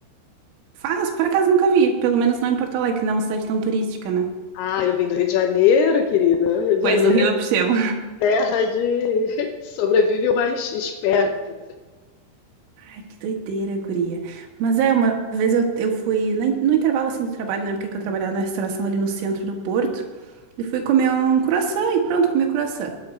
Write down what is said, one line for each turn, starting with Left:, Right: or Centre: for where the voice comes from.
Right: faz, por acaso nunca vi, pelo menos não em Porto Alegre, que não é uma cidade tão turística, né?
Left: Ah, eu vim do Rio de Janeiro, querida. Rio de
Right: Pois
Left: Janeiro
Right: no Rio
Left: é
Right: eu percebo.
Left: terra de <laughs> sobrevive o mais esperto.
Right: Ai, que doideira, guria. Mas é, uma vez eu, eu fui na in- no intervalo assim do trabalho, na época que eu trabalhava na restauração ali no centro do Porto, e fui comer um croissant e pronto, comi o croissant.